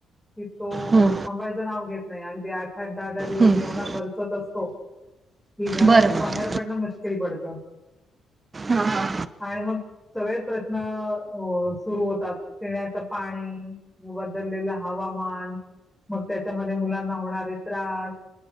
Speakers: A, in the centre; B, on the right.
A: कि तो
B: हम्म,
A: थांबायचं नाव घेत नाही, अगदी आठ, आठ दहा, दहा दिवस
B: हम्म.
A: एवढा बरसत असतो. कि घरातून
B: बरं बरं
A: बाहेर पडणं मुश्किल पडत.
B: हां, हां.
A: आणि मग सगळेच प्रश्नन. अ सुरू होतात पिण्याचं पाणी बदललेलं हवामान. मग त्याच्यामध्ये मुलांना होणारे त्रास.